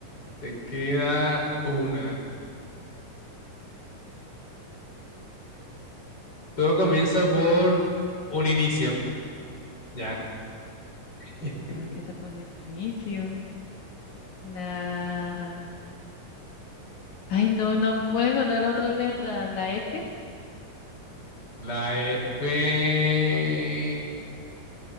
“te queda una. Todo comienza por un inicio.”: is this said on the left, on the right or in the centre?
Left